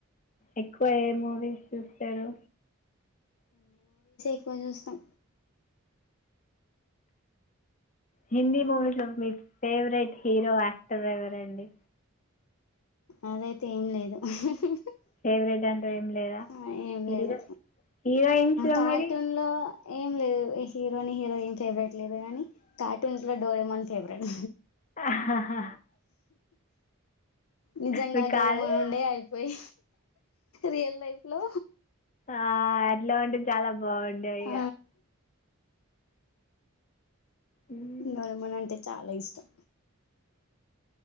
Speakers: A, on the left; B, on the left.
A: ఎక్కువ ఏ మూవీస్ చూసారు.
B: ఎక్కువే చుస్తాం.
A: హిందీ మూవీస్ లో మీ ఫేవరెట్ హీరో యాక్టర్ ఎవరండి?
B: అదైతే ఏం లేదు. హ్ హి హూ
A: ఫేవరెట్ అంటూ ఏం లేదా
B: ఆ ఏం
A: హీరో
B: లేదు.
A: హీరోయిన్స్లో
B: కార్టూన్లో
A: మరి
B: ఏం లేదు హీరోనీ, హీరోయిన్ ఫేవరెట్ లేదు కానీ కార్టూన్స్ లో డోరెమోన్ ఫేవరెట్.
A: ఆహా! హా
B: నిజంగా
A: మీకు
B: డోర్మాన్
A: కాదు
B: ఉండే అయిపోయి రియల్ లైఫ్ లో
A: ఆ అట్లా ఉంటే చాలా బాగుండేవి
B: ఆ
A: ఇగ. మ్మ్.
B: ఇంక డోరెమాన్ అంటే చాలా ఇష్టం.